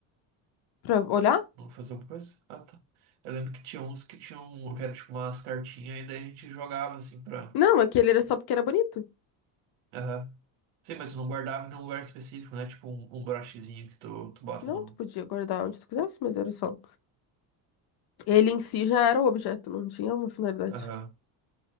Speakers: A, on the left (about 50°); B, on the right (about 85°).
A: Pra olhar?
B: Não fazer alguma coisa? Ah, tá. Eu lembro que tinha uns que tinham. que era tipo umas cartinhas e daí a gente jogava assim pra.
A: Não, aquele era só porque era bonito.
B: Aham. Sim, mas tu não guardava num lugar específico, né? Tipo um, um brochezinho que tu, tu bota
A: Não,
B: no.
A: tu podia guardar onde tu quisesse, mas era só. Ele em si já era o objeto, não tinha uma finalidade.
B: Aham.